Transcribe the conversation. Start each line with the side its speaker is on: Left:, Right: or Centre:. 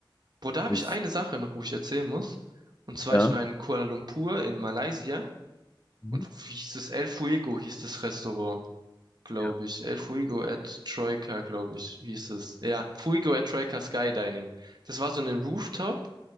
Right: boah, da habe
Left: ist-
Right: ich eine Sache noch, wo ich erzählen muss. Und zwar,
Left: Ja.
Right: ich war in Kuala Lumpur in Malaysia
Left: Mhm.
Right: und wie hieß es? El Fuego hieß das Restaurant, glaube
Left: Ja.
Right: ich. El Fuego at Troika, glaube ich, hieß es. Ja, Fuego at Troika Skydining. Das war so eine Rooftop,